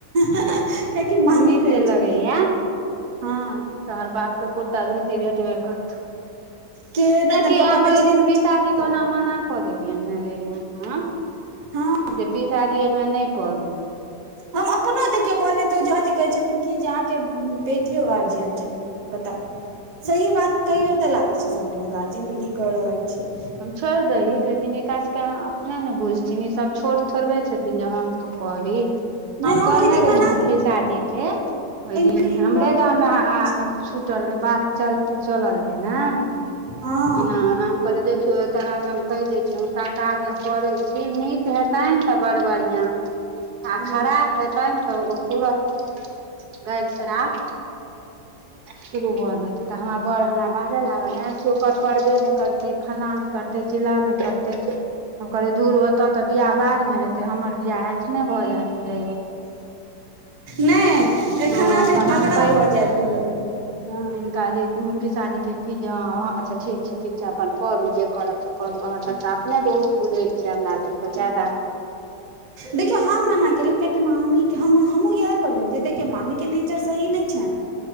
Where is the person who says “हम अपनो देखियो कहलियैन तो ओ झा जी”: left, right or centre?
Right